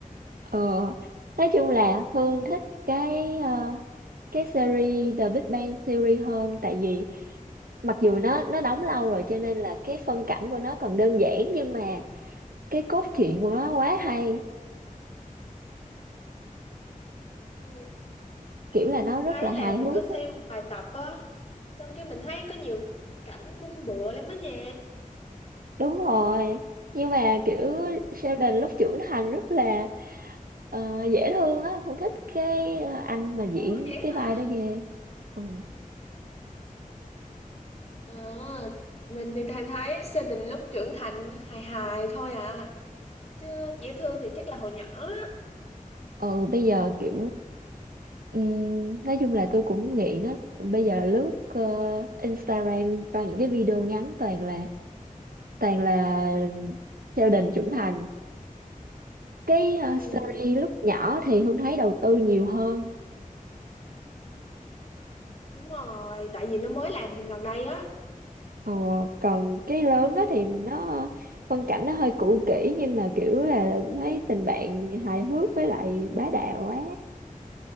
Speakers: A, on the right (about 90°); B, on the left (about 45°).
A: ờ, nói chung là Hương thích cái ờ, cái series The Big Bang Theory hơn tại vì mặc dù nó nó đóng lâu rồi cho nên là cái phân cảnh của nó còn đơn giản nhưng mà cái cốt truyện của nó quá hay
B: ừ.
A: kiểu là
B: mình
A: nó rất
B: thấy
A: là hài
B: là mình
A: hước
B: có xem
A: á.
B: một vài tập á xong cái mình thấy có nhiều cảnh cũng bựa lắm á nha
A: đúng rồi nhưng mà kiểu Sheldon lúc trưởng thành rất là ờ, dễ thương á không thích cái ờ, anh mà diễn
B: Ủa vậy
A: cái
B: hả?
A: vai đó ghê ừ.
B: ờ mình thì thành thấy Sơn Đình lúc trưởng thành hài hài thôi à chứ dễ thương thì chắc là hồi nhỏ á
A: ừ bây giờ kiểu ừm, nói chung là tôi cũng nghiện á bây giờ lướt ờ, Instagram vào những cái video ngắn toàn là toàn là Sheldon trưởng thành cái ờ,
B: ừ,
A: series lúc nhỏ thì Hương thấy đầu tư nhiều hơn
B: đúng rồi tại vì nó mới làm gần đây á
A: Ờ, còn cái lớn đó thì
B: ừ,
A: nó phân cảnh nó hơi cũ kỹ nhưng mà kiểu là thấy tình bạn hài hước với lại bá đạo quá